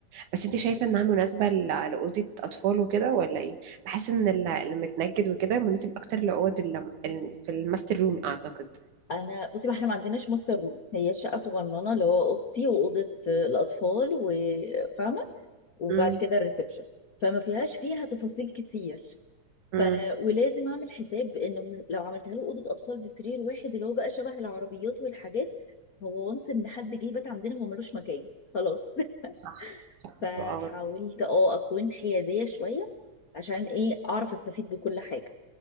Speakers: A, on the right; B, on the left.
A: بس انت شايفه انها مناسبه ل- لاوضه اطفال وكده ولا ايه بحس ان ال- المتنجد وكده مناسب اكتر لاوض ال- ال- في الماستر روم اعتقد
B: انا بصي ما احنا ما عندناش ماستر روم هي شقه صغننه اللي هو اوضتي واوضه الاطفال وفاهمه وبعد
A: امم
B: كده الريسبشن فما فيهاش فيها تفاصيل كتير ف
A: امم
B: ولازم اعمل حساب انه م- لو عملتها له اوضه اطفال بسرير واحد اللي هو بقى شبه العربيات والحاجات هو وانس ان حد جه بات عندنا هو ملوش مكان خلاص <laughs>
A: صح
B: فحاولت
A: اه
B: اه اكون حياديه شويه عشان ايه اعرف استفيد بكل حاجه